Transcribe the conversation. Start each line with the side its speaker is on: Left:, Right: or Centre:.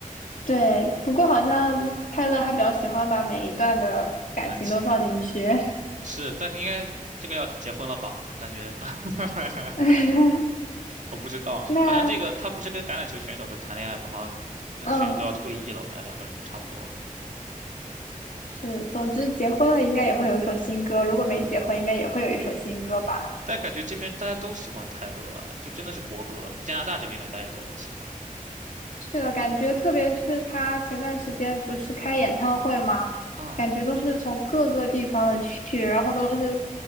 Left: 对。不过好像泰勒他比较喜欢把每一段的感情都放进去。
Right: 感情是，但应该这个要结婚了吧？我感觉 <laughs>
Left: <laughs>
Right: 我不知道，
Left: 那
Right: 好像这个他不是跟橄榄球选手在谈恋爱吗？好像那个选手都要退役了，
Left: 嗯，
Right: 好像两个人就差不多了。
Left: 是，
Right: 嗯，
Left: 总之结婚了应该也会有一首新歌，如果没结婚应该也会有一首新歌吧。
Right: 但感觉这边大家都喜欢泰勒啊，就真的是国歌。加拿大这边的大家都很喜欢。
Left: 是的，感觉特别是他前段时间不是开演唱会吗？
Right: 嗯，
Left: 感觉都是从各个地方的去，然后都是